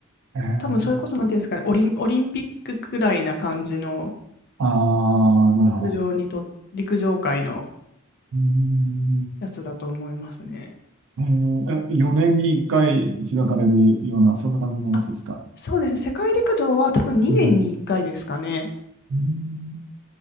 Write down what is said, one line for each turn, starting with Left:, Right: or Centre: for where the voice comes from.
Right: えー、
Left: 多分それこそ、なんていうんですかね、オリン、オリンピックくらいな感じの
Right: ああ、なるほど。
Left: 陸上にと、陸上界の
Right: うーん
Left: やつだと思いますね。
Right: えー、え4年に1回開かれるような、そんな感じのやつですか。
Left: あ、そうですね。世界陸上は多分2年に1回ですかね。
Right: うん。うん